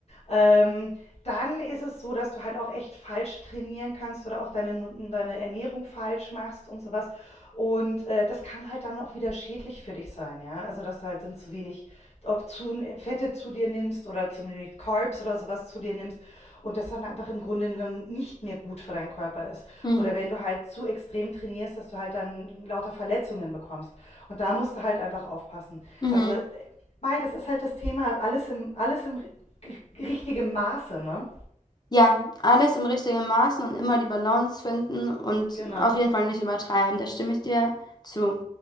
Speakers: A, on the left; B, on the left.
A: Ähm, dann ist es so, dass du halt auch echt falsch trainieren kannst oder auch deine nu deine Ernährung falsch machst und sowas. Und, äh, das kann halt dann auch wieder schädlich für dich sein, ja. Also, dass du halt dann zu wenig ob zu, Fette zu dir nimmst oder zu wenig Carbs oder sowas zu dir nimmst und das dann einfach im Grunde genommen nicht mehr gut für deinen Körper ist.
B: Mhm.
A: Oder wenn du halt zu extrem trainierst, dass du halt dann lauter Verletzungen bekommst. Und da musst du halt einfach aufpassen.
B: Mhm.
A: Also, äh, Mai, das ist halt das Thema, alles im, alles im ri- richtigen Maße, ne?
B: Ja, alles im richtigen Maßen und immer die Balance finden und
A: Genau.
B: auf jeden Fall nicht übertreiben. Da stimme ich dir zu.